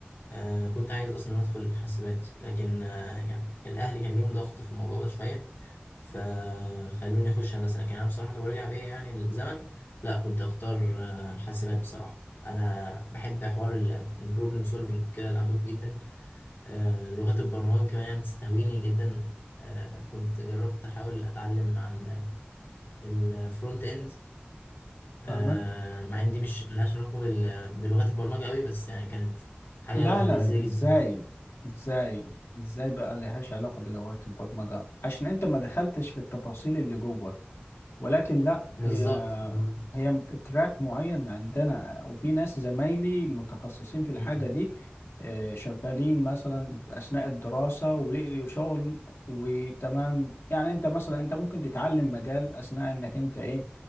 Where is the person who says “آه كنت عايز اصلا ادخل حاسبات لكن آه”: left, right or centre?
Left